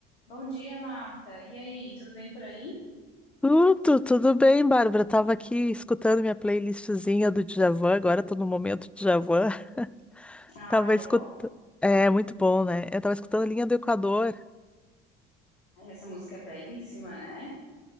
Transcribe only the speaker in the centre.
Tudo, tudo bem, Bárbara? Tava aqui escutando minha playlistzinha do Djavan, agora tô no momento Djavan. <laughs>
Tava escutando.
É, muito bom, né? Eu tava escutando Linha do Equador.